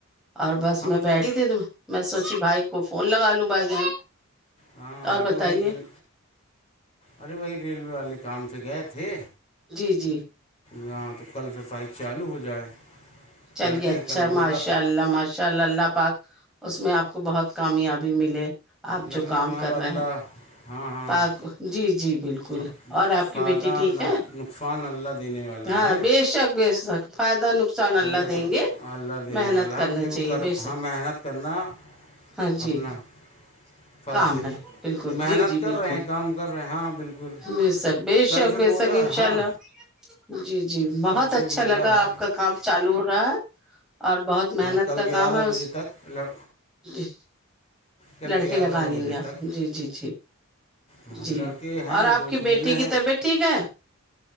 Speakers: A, in the centre; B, on the left.
A: اور بس
B: ہم
A: میں
B: تھوڑا
A: بیٹھی د ت میں سوچی بھائی کو فون لگ لوں بھائی جان
B: ہاں
A: اور
B: ارے
A: بتائیے
B: وہی ریل ارے وہی ریلوے والے کام سے گئے تھے
A: جی جی
B: یہاں تو کل سے سائ چالو ہو جائے
A: چلیے
B: لگے ہیں
A: اچھا
B: کل بولا
A: ماشاء اللہ ماشاء اللہ اللہ پاک اس میں آپ کو بہت کامیابی ملے آپ جو
B: لگے
A: کام
B: تو ہاں
A: کر
B: اللہ
A: رہے ہیں
B: ہاں ہاں
A: پاک جی جی بالکل
B: اب
A: اور آپ
B: فائدہ
A: کی بیٹی ٹھیک
B: نقصان
A: ہے
B: اللہ دینے والا
A: ہاں
B: ہے
A: بے شک بے شک فائدہ نقصان اللہ
B: اب جو
A: دیں گے
B: اللہ دینے
A: محنت
B: والا
A: کرنا
B: ہے اپنے کو
A: چاہیے
B: کر
A: بے شک
B: ہاں محنت کرنا
A: ہاں جی
B: اپنا فرض
A: کام
B: ہے
A: بالکل
B: تو محنت
A: جی جی
B: کر
A: بالکل
B: رہے ہیں کام کر رہے ہیں ہاں بالکل
A: بے شک بے
B: کل
A: شک
B: سے
A: بے
B: بولا
A: شک انشاء
B: ہاں
A: اللہ جی جی بہت
B: کل سے
A: اچھا
B: بولا
A: لگا
B: ہے
A: آپ کا کام چالو ہو رہا ہے اور بہت محنت
B: ہاں کل
A: کا
B: گیارہ
A: کام ہے
B: بجے
A: اس
B: تک لڑ
A: ج
B: کل
A: لڑکے
B: گیارہ
A: لگا لیں
B: بجے
A: گے آپ
B: تک
A: جی جی جی
B: ہاں
A: جی
B: لڑکے ہیں
A: اور آپ
B: دو
A: کی
B: ٹھو
A: بیٹی
B: ملے
A: کی
B: ہیں
A: طبیعت ٹھیک ہے